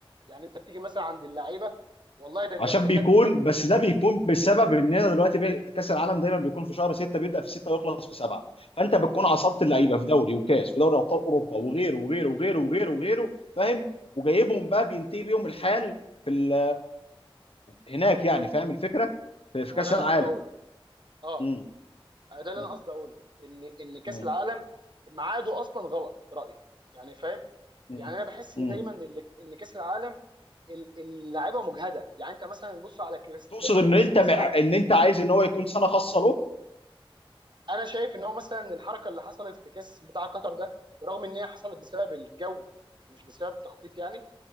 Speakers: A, on the right; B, on the left.
A: يعني انت بتيجي مثلا عند اللعيبه والله ده ده,
B: عشان
A: ده
B: بيكون
A: كان ده
B: بس ده بيكون بسبب اننا دلوقتي بي- كاس العالم دايما بيكون في شهر 6 بيبدا في 6 ويخلص في 7 فانت بتكون عصبت اللعيبه في دوري وكاس ودوري ابطال اوروبا وغيره وغيره وغيره وغيره وغيره فاهم وجايبهم بقى بينتهي بيهم الحال في ال- هناك يعني فاهم الفكره في في
A: ما
B: كاس
A: هو ده اللي
B: العالم
A: انا قصدي اقوله اه
B: مم.
A: ده اللي
B: مم.
A: انا قصدي اقوله ان ان كاس
B: مم.
A: العالم ميعاده اصلا غلط في رايي يعني فاهم
B: مم.
A: يعني انا بحس
B: مم.
A: ان دايما ان اللي- إن كاس العالم ال- اللاعيبه مجهده يعني انت مثلا بص على كريستيانو
B: تقصد ان
A: وميسي
B: انت
A: مثلا
B: مع... ان انت عايز ان هو يكون سنه خاصه
A: انا شايف ان هو مثلا الحركه اللي حصلت في كاس بتاع قطر ده برغم ان هي حصلت بسبب الجو مش بسبب التخطيط يعني